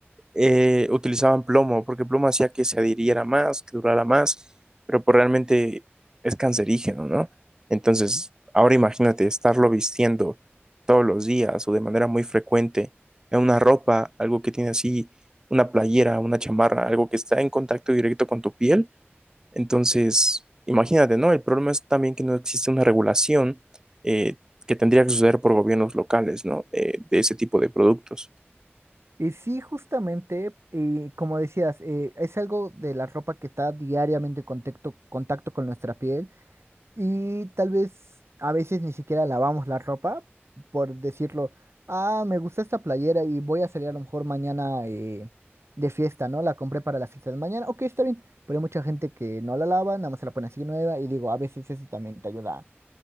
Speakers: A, on the right; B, on the right.
A: eh, utilizaban plomo, porque plomo hacía que se adhiriera más, que durara más, pero pues realmente es cancerígeno, ¿no? Entonces, ahora imagínate estarlo vistiendo todos los días o de manera muy frecuente en una ropa, algo que tiene así una playera, una chamarra, algo que está en contacto directo con tu piel. Entonces, imagínate, ¿no? El problema es también que no existe una regulación eh, que tendría que suceder por gobiernos locales, ¿no? Eh, de ese tipo de productos.
B: Y sí, justamente, y como decías, eh, es algo de la ropa que está diariamente en contacto, contacto con nuestra piel y tal vez a veces ni siquiera lavamos la ropa por decirlo, ah, me gusta esta playera y voy a salir a lo mejor mañana eh, de fiesta, ¿no? La compré para la fiesta de mañana, ok, está bien, pero hay mucha gente que no la lava, nada más se la pone así nueva y digo, a veces eso también te ayuda